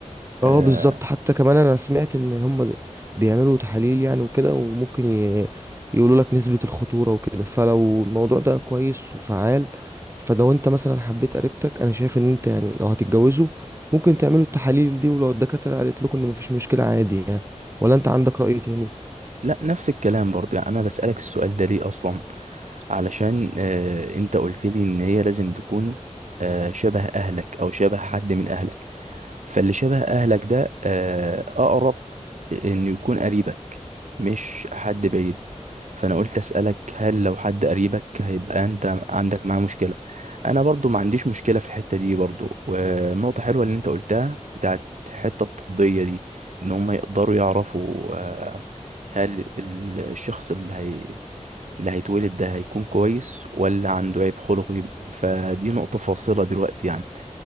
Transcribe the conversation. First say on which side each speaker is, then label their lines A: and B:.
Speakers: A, on the right (about 75°); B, on the right (about 20°).
A: آه
B: اه بالظبط حتى كمان انا سمعت ان هم د- بيعملوا تحاليل يعني وكده وممكن ي... يقولوا لك نسبه الخطوره وكده فلو الموضوع ده كويس وفعال فلو انت مثلا حبيت قريبتك انا شايف ان انت يعني لو هتتجوزوا ممكن تعملوا التحاليل دي ولو الدكاتره قالت لكم ان مفيش مشكله عادي يعني ولا انت عندك رأي تاني
A: لا نفس الكلام برضه يعني انا بسألك السؤال ده ليه اصلا علشان آه انت قلت لي ان هي لازم تكون آه شبه اهلك او شبه حد من اهلك فاللي شبه اهلك ده آه، اقرب انه يكون قريبك مش حد بعيد فانا قلت اسالك هل لو حد قريبك هيبقى انت عندك معاه مشكله انا برضو ما عنديش مشكله في الحته دي برضو والنقطه حلوه اللي انت قلتها بتاعت الحته الطبيه دي ان هم يقدروا يعرفوا آه، هل ال- الشخص اللي هي اللي هيتولد ده هيكون كويس ولا عنده عيب خلقي فدي نقطه فاصله دلوقتي يعني